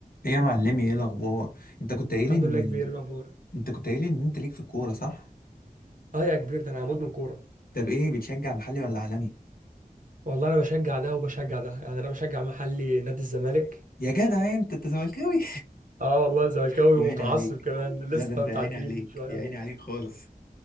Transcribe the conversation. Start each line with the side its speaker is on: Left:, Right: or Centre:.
Left: ايه يا معلمي ايه الاخبار انت كنت قايل
Right: الحمد
Left: ان
Right: لله كبير الاخبار
Left: انت كنت قايل ان انت ليك في الكوره صح
Right: اه يا كبير ده انا هموت من كوره
Left: طب ايه بتشجع محلي ولا عالمي
Right: والله انا بشجع ده وبشجع ده يعني انا بشجع محلي نادي الزمالك
Left: يا جدع انت انت زملكاوي
Right: اه والله زملكاوي
Left: <laughs> يا
Right: ومتعصب
Left: عيني عليك
Right: كمان لسه
Left: لا ده انت
Right: متعادلين
Left: يا عيني عليك
Right: من شويه
Left: يا
Right: و-
Left: عيني عليك خالص